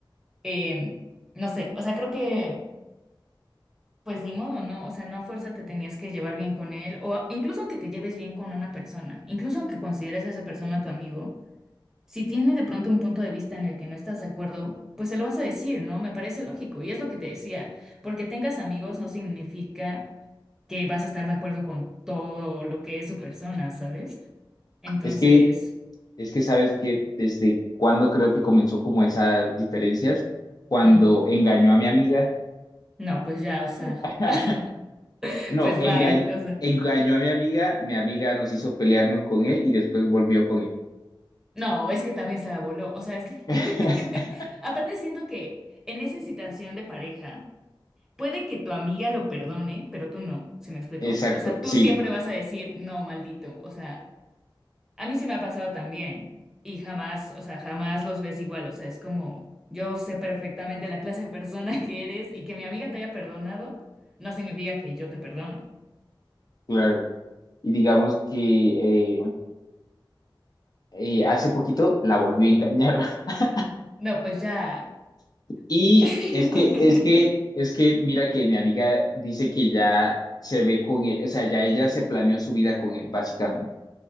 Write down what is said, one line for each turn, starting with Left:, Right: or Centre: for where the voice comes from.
Centre: Eh, no sé, o sea, creo que, pues ni modo, ¿no? O sea, no a fuerza te tenías que llevar bien con él, o a- incluso aunque te lleves bien con una persona, incluso aunque consideres a esa persona tu amigo, si tiene de pronto un punto de vista en el que no estás de acuerdo, pues se lo vas a decir, ¿no? Me parece lógico, y es lo que te decía, porque tengas amigos no significa que vas a estar de acuerdo con todo lo que es su persona, ¿sabes? Entonces,
Left: Es que, es que sabes que desde cuando creo que comenzó como esas diferencias, cuando
Centre: mm,
Left: engañó a mi amiga.
Centre: no, pues ya, o sea,
Left: <laughs>
Centre: <laughs>
Left: No,
Centre: pues
Left: engañó,
Centre: bye, o sea.
Left: engañó a mi amiga, mi amiga nos hizo pelearnos con él y después volvió con él.
Centre: No, es que también se la voló. O sea, es que.
Left: <laughs>
Centre: <laughs> Aparte, siento que en esa situación de pareja, puede que tu amiga lo perdone, pero tú no. ¿Se me explicó?
Left: Exacto,
Centre: O sea, tú
Left: sí,
Centre: siempre vas a decir, no, maldito. O sea, a mí se me ha pasado también. Y jamás, o sea, jamás los ves igual. O sea, es como, yo sé perfectamente la clase de persona <laughs> que eres y que mi amiga te haya perdonado, no significa que yo te perdono.
Left: claro. Y digamos que eh, eh, hace poquito la volví a engañar. <laughs>
Centre: No, pues ya.
Left: Y
Centre: <laughs>
Left: es que, es que, es que, mira que mi amiga dice que ya se ve con él, o sea, ya ella se planeó su vida con él, básicamente.